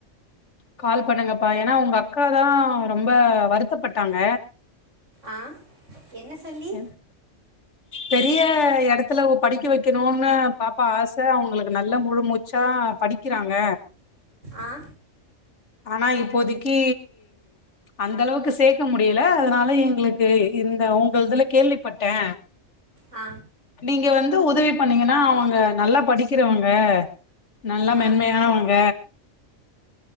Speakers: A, on the left; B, on the right.
A: கால் பண்ணுங்கப்பா ஏனா உங்க அக்கா தா ரொம்ப வருத்தப்பட்டாங்க
B: ஆ என்ன சொல்லி
A: என்ன பெரிய இடத்துல படிக்க வைக்கணும்னு பாப்பா ஆசை அவங்களுக்கு நல்ல முழு மூச்சா படிக் க்கிறாங்க
B: ஆ
A: ஆனா இப்போதைக்கு அந்த அளவுக்கு சேர்க்க முடியல அதனால எங்களுக்கு இந்த உங் கள்துல கேள்விப்பட்டே
B: ஆ
A: நீங்க வந்து உதவி பண்ணீங்கனா அவங்க நல்லா படிக்கிறவங்க நல்லா மென்மையானவங்க
B: ஆ